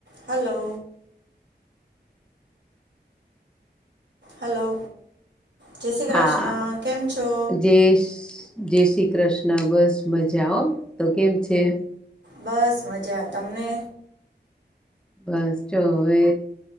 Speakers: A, on the right; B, in the centre.
A: હલો હલો જય શ્રી કૃષ્ણ
B: હા
A: કેમ છો
B: જે જય શ્રી કૃષ્ણ બસ મજાઓ તો કેમ છે
A: બસ મજા તમને
B: બસ ચ હવે